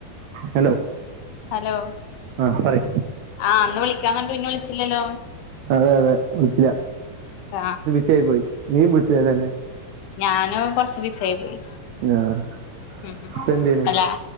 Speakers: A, on the right; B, on the left.
A: ഹലോ
B: ഹലോ
A: ആഹ് പറി
B: ആഹ് അന്ന് വിളിക്കാന്നറഞ്ഞിട്ട് പിന്നെ വിളിച്ചില്ലല്ലോ
A: അതെ അതെ വിളിച്ചില്ല.
B: ഹ
A: സി ആയി പോയി നീയും വിളിച്ചില്ല ല്ലോ ന്നെ
B: ഞാന് കൊറച്ച് ബിസിആയി പോയി
A: ആഹ്
B: ഉം ഉം
A: ഇപ്പ എന്തെയ്യ്ണ്
B: അല്ല-